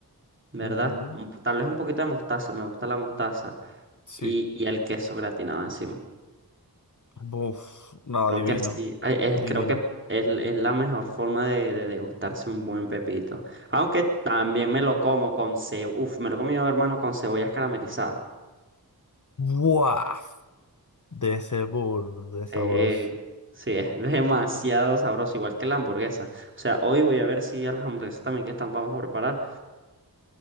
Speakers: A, on the right; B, on the left.
A: ¿verdad?
B: Ujú,
A: Un po- tal vez un poquito de mostaza, me gusta la mostaza
B: Sí.
A: y, y el queso gratinado encima.
B: Buf, no,
A: Creo
B: divino,
A: que así, ay, es-
B: divino.
A: creo que es, es la mejor forma de, de degustarse un buen pepito. Aunque también me lo como con cebolla, uf, me lo he comido, hermano, con cebollas caramelizadas.
B: Buah, de ese burro de
A: Sí,
B: sabroso.
A: sí, es <laughs> demasiado sabroso, igual que la hamburguesa. O sea, hoy voy a ver si a las hamburguesas también que están, vamos a preparar.